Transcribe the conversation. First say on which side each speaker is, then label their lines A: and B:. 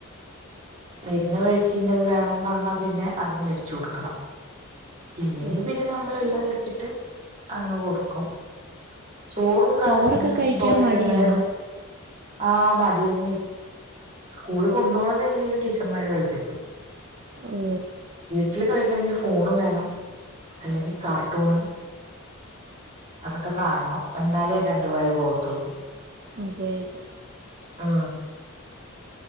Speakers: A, on the right (about 30°); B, on the right (about 45°).
A: വരുന്ന വഴിക്ക് ഇന്നത് വേണം പറഞ്ഞാ പിന്നെ അത് മേടിച്ചു കൊടുക്കണം. ഇല്ലെങ്കി
B: ഓ
A: പിന്നെ നമ്മൾ ഉള്ളത് വെച്ചിട്ട് അങ്ങ് കൊടുക്കും. ചോറും കാർ
B: ചോറൊക്കെ കഴിക്കാൻ
A: ദോശ
B: മടിയാണോ
A: അങ്ങനെയൊന്നും ആ മടി തന്നെ സ്കൂള് കൊണ്ടുപോണത് എങ്ങനെലും ടീച്ചർമാര്കഴിപ്പിക്കും.
B: ഓ
A: വീട്ടില് കഴിക്കണെങ്കിൽ ഫോൺ വേണം അല്ലെങ്കിൽ കാർട്ടൂൺ. അതൊക്കെ കാണണം. എന്നാലേ രണ്ടുവായ പോകത്തുള്ളൂ.
B: അതെ അതെ
A: ആ